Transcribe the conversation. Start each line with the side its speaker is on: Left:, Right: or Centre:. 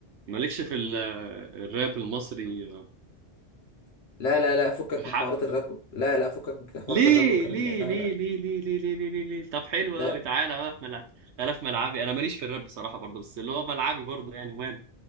Right: مالكش في ال... الراب المصري
Left: لا لا لا فكك
Right: الحق
Left: من حوارات الراب لا لا فكك من حوارات
Right: ليه
Left: الراب والكلام
Right: ليه
Left: ده لا
Right: ليه
Left: لا
Right: ليه ليه ليه ليه ليه, ليه؟ ليه؟ طب حلو
Left: لا
Right: قوي تعالى بقى في ملعب انا في ملعبي انا ماليش في الراب بصراحه برضه بس اللي هو ملعبي برضه يعني وماله